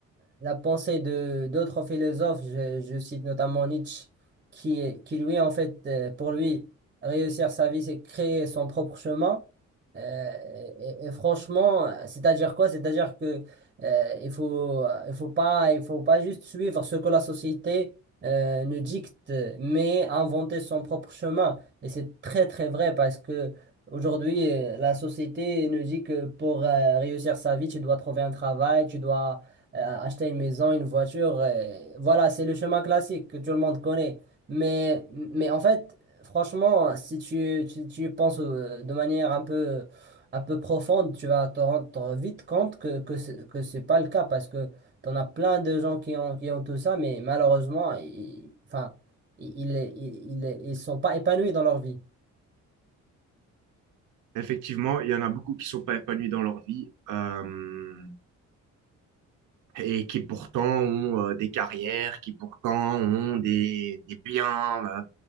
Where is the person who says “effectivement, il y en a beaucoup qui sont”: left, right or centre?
Right